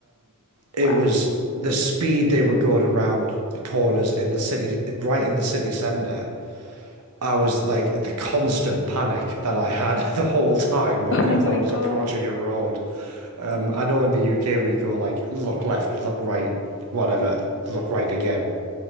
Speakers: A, on the right; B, on the left.
A: It
B: Wow.
A: was the speed they were going around the corners in the city, right in the city center. I was like the constant panic that I had <laughs> the whole time whenever
B: <laughs> Oh my
A: I was
B: God.
A: approaching a road. Um, I know in the UK we go like look left, look right, whatever, look right again.